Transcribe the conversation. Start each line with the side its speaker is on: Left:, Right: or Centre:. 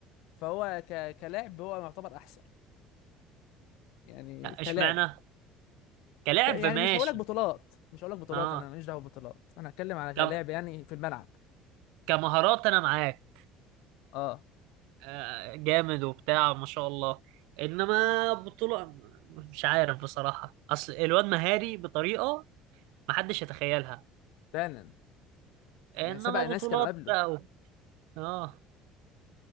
Left: فهو ك... كلاعب هو يعتبر احسن يعني
Right: لا
Left: كلاعب
Right: اشمعنى كلاعب
Left: ك... يعني
Right: ماشي
Left: مش هقولك بطولات مش هقولك بطولات
Right: اه
Left: انا ماليش دعوه ببطولات انا هتكلم على كلاعب
Right: ك...
Left: يعني في الملعب
Right: كمهارات انا معاك
Left: اه
Right: آه جامد وبتاع ما شاء الله انما بطولة مش عارف بصراحة اصل الواد مهاري بطريقة ما حدش يتخيلها
Left: فعلا
Right: انما
Left: يعني سبق ناس
Right: بطولات
Left: كانوا قبله
Right: بقى و... اه